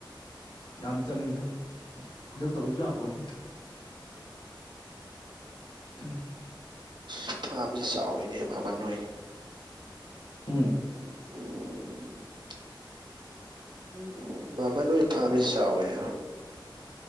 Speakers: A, on the left; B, on the right.
A: ꯌꯥꯝ ꯆꯪꯉꯤꯗ ꯑꯗꯨ ꯇꯧꯔꯁꯨ ꯌꯥꯄꯣꯠꯇꯦ <unintelligible>
B: ꯑꯁ ꯐꯥꯝꯁꯦ ꯆꯥꯎꯋꯤꯅꯦ ꯃꯥꯝꯍꯟ ꯅꯣꯏ <unintelligible>
A: ꯎꯝ
B: ꯎꯝ ꯃꯥꯝꯍꯟ ꯍꯣꯏ ꯐꯥꯝꯁꯤ ꯆꯥꯎꯋꯦꯍꯦ